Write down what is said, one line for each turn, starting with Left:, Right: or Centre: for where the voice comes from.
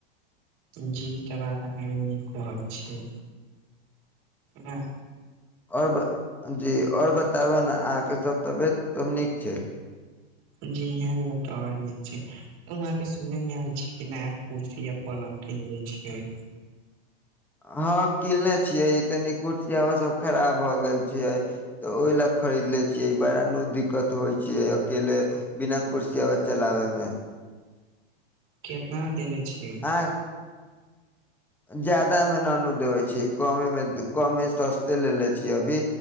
Right: जी इ तऽ बात अहाँके नीक कहै छियै ना।
Centre: आओर ब जी आओर बताबऽ ने अहाँके सभ तबियत सब नीक छै।
Right: जी यहाँ के टॉवर नीक छै। वहाँं के सुनने मे आयल छी, कि नया कुर्सी या पलंग किनले छियै।
Centre: हँ किनले छियै, ई तनी कुर्सियबा सब खराब भऽ गेल छयै तऽ ओहि लए खरीद ले छियै, बार नु दिक्कत होइ छियै अकेले बिना कुर्सीवा चलाबऽ मे
Right: केतना मे देले छियै।
Centre: आ ज्यादा मे न नू देबय छियै, कमे मे कमे सस्ते लेेले छीयै अभी।